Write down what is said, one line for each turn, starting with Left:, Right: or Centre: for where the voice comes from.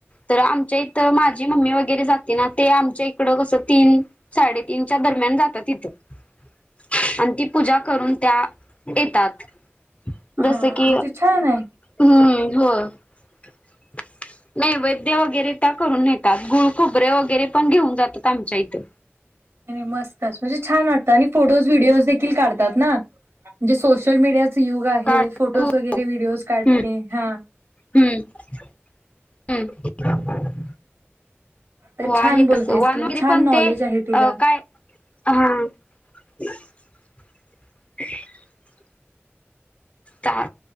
Left: तर आमच्या इथं माझी मम्मी वगैरे जाते ना ते आमच्या इकडं कसं तीन साडेतीीनच्या दरम्यान जातात इथं आणि ती पूजा करून त्या येतात
Right: हा
Left: जसं की
Right: म्हणजे छान आहे
Left: हम्म हो <unintelligible> नाही वैद्य वगैरे त्या करून नेतात गुळ खुबरे वगैरे पण घेऊन जातात आमच्या इथे
Right: अरे मस्तच म्हणजे छान वाटतं आणि फोटोज व्हिडिओज देखील काढत ना म्हणजे सोशल मीडिया युग आहे
Left: काळ
Right: फोटोज वगैरे व्हडिओज काढणे
Left: हम्म
Right: हा
Left: हम्म हम्
Right: तर
Left: हो
Right: छान
Left: आहे
Right: बोलतेस
Left: तस वानरे
Right: किंवा छान
Left: पण
Right: नॉलेज
Left: ते
Right: आहे तुला
Left: काय ह <unintelligible> का